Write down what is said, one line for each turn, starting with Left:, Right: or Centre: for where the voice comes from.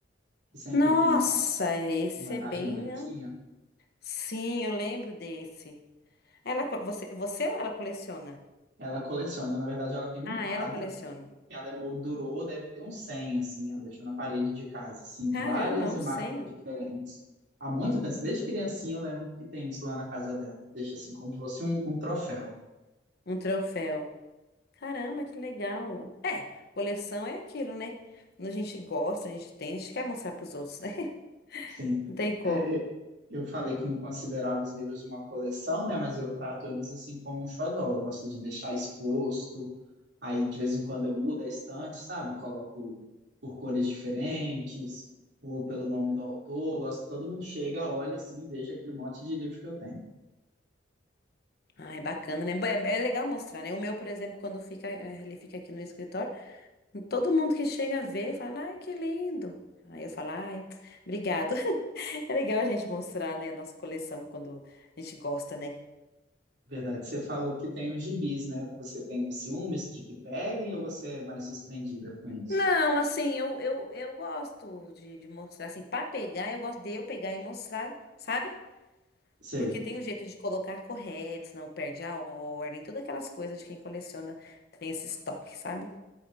Right: que sempre
Left: Nossa,
Right: vinha uma,
Left: esse
Right: uma imagem
Left: é bem
Right: bonitinha.
Left: Sim, eu lembro desse. Ela, co- você, você ou ela coleciona?
Right: Ela coleciona, na verdade, ela tem um
Left: Ah,
Right: quadro,
Left: ela coleciona.
Right: que ela emoldurou, deve ter uns 100, assim, ela deixou na parede de casa, assim,
Left: Caramba,
Right: com várias
Left: um
Right: imagens
Left: 100,
Right: diferentes. Há muito tempo, desde criancinha eu lembro que tem isso lá na casa dela. Deixa assim como se fosse um um troféu.
Left: um troféu. Caramba, que legal. É, coleção é aquilo, né? Quando a gente gosta, a gente tem, a gente quer mostrar pros outros, né?
Right: Sim.
Left: <laughs> Não tem como.
Right: É, e- eu falei que não considerava os livros uma coleção, né? Mas eu trato eles assim como um xodó. Eu gosto de deixar exposto. Aí, de vez em quando, eu mudo a estante, sabe? Coloco por cores diferentes ou pelo nome do autor. Eu Gosto, todo mundo chega, olha assim e veja aquele monte de livro que eu tenho.
Left: Ah, é bacana, né? Bom, É, é legal mostrar, né? O meu, por exemplo, quando fica, eh, ele fica aqui no escritório, todo mundo que chega vê fala, ai, que lindo. Aí eu falo, ai, <tsk> obrigado. <laughs> É legal a gente mostrar, né, a nossa coleção quando a gente gosta, né?
Right: Verdade, você falou que tem os gibis, né? Você tem ciúmes de que peguem ou você é mais desprendida com isso?
Left: Não, assim, eu, eu, eu gosto de, de mostrar, assim, pra pegar, eu gosto de eu pegar e mostrar, sabe?
Right: Sei,
Left: Porque tem um jeito de colocar correto, senão perde a ordem, todas aquelas coisas de quem coleciona tem esse estoque, sabe?